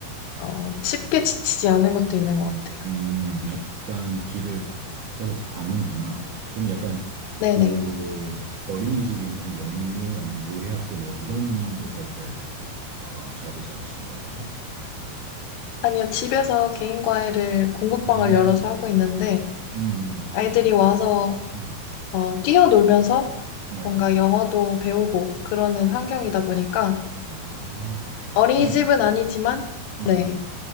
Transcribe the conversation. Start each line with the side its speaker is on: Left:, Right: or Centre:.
Left: 어, 쉽게 지치지 않은 것도 있는 것 같아요.
Right: 음, 약간 길을 서로 받는구나. 그럼 약간
Left: 네네.
Right: 그 어린이집이나 영유 아니면 놀이학교 뭐 이런 데서 이제 어, 잡을 잡으신 건가요?
Left: 아니요, 집에서 개인 과외를 공부방을
Right: 음,
Left: 열어서 하고 있는데
Right: 음,
Left: 아이들이
Right: 음,
Left: 와서
Right: 음,
Left: 어, 뛰어놀면서
Right: 네.
Left: 뭔가 영어도 배우고 그러는 환경이다 보니까
Right: 아,
Left: 어린이집은
Right: 그럼,
Left: 아니지만
Right: 음,
Left: 네,